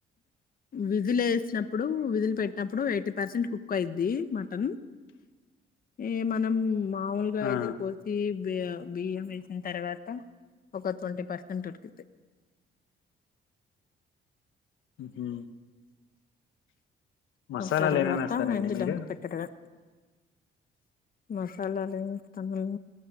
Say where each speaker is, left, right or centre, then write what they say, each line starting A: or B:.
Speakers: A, on the left (about 45°); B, on the left (about 80°).
A: విజిల్ వేసినప్పుడు విజిల్ పెట్టినప్పుడు ఎయిటీ పర్సెంట్ కు కుక్ అయిది మటన్ ఈ మనం మాముూలుగా
B: ఆ
A: ఏసురు పోసి బి బియ్యం వేసిన తర్వాత ఒక ట్వంటీ పర్సెంట్ ఉడికి
B: హ్మ్ హు మసాలాలు
A: తర్వాతా
B: ఏమేమి వేస్తారండి
A: వెంది
B: మీరు
A: ధామ్ కు పెట్డడమే మసాలాలు తనం